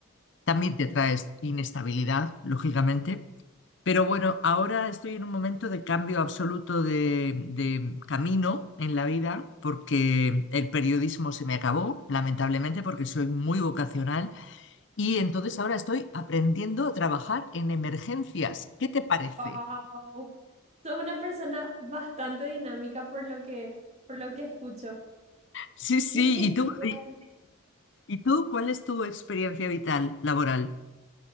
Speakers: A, on the left; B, on the right.
A: También te traes inestabilidad, lógicamente, pero bueno, ahora estoy en un momento de cambio absoluto de, de camino en la vida porque el periodismo se me acabó, lamentablemente, porque soy muy vocacional y entonces ahora estoy aprendiendo a trabajar en emergencias. ¿Qué te parece?
B: Wow. Sos una persona bastante dinámica por lo que, por lo que escucho.
A: Sí, sí,
B: Qué
A: ¿y
B: genial.
A: tú, y, y tú cuál es tu experiencia vital laboral?